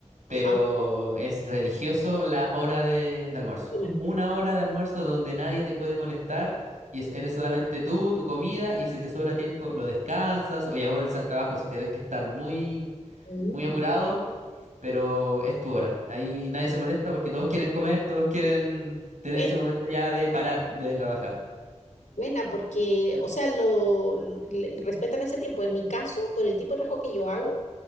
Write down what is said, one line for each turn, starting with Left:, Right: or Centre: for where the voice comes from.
Right: Pero
Left: ajá.
Right: es religioso la hora de, de almuerzo.
Left: Bueno,
Right: Una hora de almuerzo donde nadie te puede molestar y es- eres solamente tú, tu comida, y si te sobra tiempo lo descansas o ya vuelves al trabajo si te ves que estás muy,
Left: mm,
Right: muy apurado, pero es tu hora. Ahí nadie se molesta porque todos quieren comer, todos quieren tener
Left: buen-
Right: ese momento ya de parar de trabajar.
Left: buena, porque, o sea, lo, l- le- respetan ese tiempo. En mi caso, por el tipo de trabajo que yo hago,